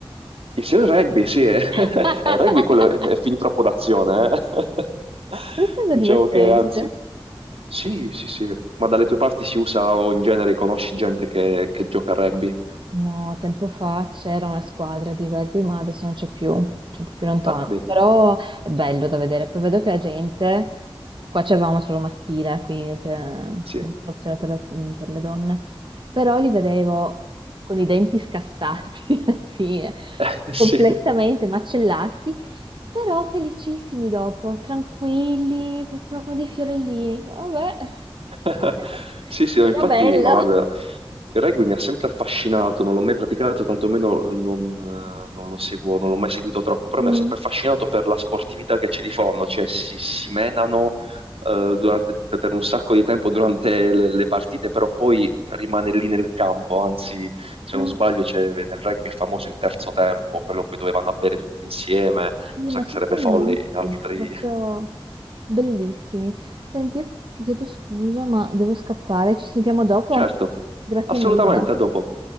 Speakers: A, on the right (about 85°); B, on the right (about 55°).
A: insieme al rugby, sì, è, <laughs>
B: <laughs>
A: il rugby quello è, è fin troppo d'azione, eh. <laughs>
B: Non sembra
A: Diciamo
B: divertente.
A: che anzi, sì, sì, sì, ma dalle tue parti si usa o in genere conosci gente che, che gioca a rugby?
B: No, tempo fa c'era una squadra di rugby, ma adesso non c'è più, c'è un po' più lontano.
A: Ah, vedi,
B: Però è bello da vedere. Poi vedo che la gente, qua c'avevamo solo maschile, quindi te- non
A: sì,
B: c'è opzione per le, mm, per le donne. Però li vedevo con i denti scassati <laughs> alla fine,
A: <laughs> sì.
B: completamente macellati, però felicissimi dopo, tranquilli, proprio come dei fiorellini. Vabbè, <laughs>
A: <laughs>
B: ok,
A: Sì, sì, no,
B: sembra
A: infatti,
B: bello.
A: ma guarda, il rugby mi ha sempre affascinato, non l'ho mai praticato, tantomeno non, eh, non lo seguo, non l'ho mai seguito troppo, però
B: Mm.
A: mi ha sempre affascinato per la sportività che c'è di fondo, cioè si, si menano eh, durante- per per un sacco di tempo durante le, le partite, però poi rimane lì nel campo, anzi, se
B: Mm,
A: non sbaglio, c'è- nel rugby è famoso il terzo tempo, quello poi dove vanno a bere tutti insieme,
B: sì,
A: cosa
B: ma
A: che
B: sono
A: sarebbe
B: carinissimi,
A: folle in altri...
B: proprio
A: <laughs>
B: bellissimi. Senti, io ti chiedo scusa, ma devo scappare. Ci sentiamo dopo?
A: Certo,
B: Grazie
A: assolutamente,
B: mille.
A: a dopo.